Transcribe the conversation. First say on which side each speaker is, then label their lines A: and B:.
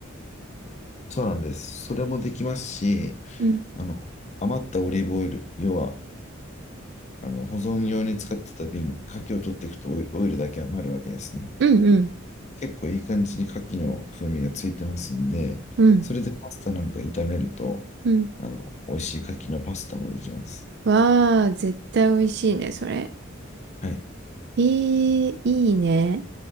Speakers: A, on the left; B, on the right.
A: そうなんです。それもできますし、
B: うん。
A: あの、余ったオリーブオイル、要は、あの、保存用に使ってた瓶、牡蠣を取っていくとオイオイルだけ余るわけですね。
B: うんうん。
A: 結構いい感じに牡蠣の風味がついてますんで、
B: うん。
A: それでパスタなんか炒めると、
B: うん
A: あの、美味しい牡蠣のパスタもできます。
B: わあ、絶対美味しいね、それ。
A: はい。
B: えー、いいね。